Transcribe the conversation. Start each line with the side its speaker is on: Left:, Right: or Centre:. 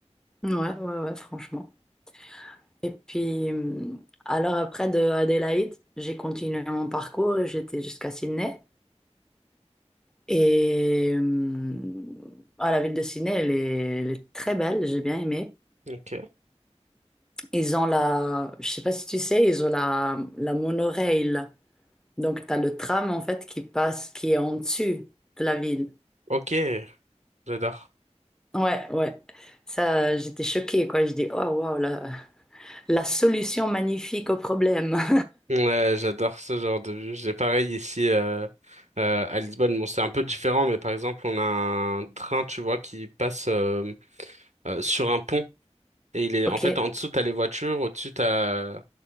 Centre: ouais, ouais, ouais, franchement. Et puis, hum, alors après de Adélaïde, j'ai continué mon parcours et j'étais jusqu'à Sydney. Et hum, ah, la ville de Sydney, elle est, elle est très belle, j'ai bien aimé.
Right: Ok.
Centre: Ils ont la, je sais pas si tu sais, ils ont la, la monorail. Donc, tu as le tram, en fait, qui passe, qui est en dessus de la ville.
Right: Ok, j'adore.
Centre: Ouais, ouais. Ça, j'étais choquée, quoi. Je dis, oh, waouh, la, la solution magnifique au problème. <laughs>
Right: Ouais, j'adore ce genre de vue. J'ai pareil ici euh, euh, à Lisbonne. Bon, c'est un peu différent, mais par exemple, on a un train, tu vois, qui passe euh, euh, sur un pont. Et il est
Centre: Ok,
Right: en fait en dessous, t'as les voitures, au-dessus, t'as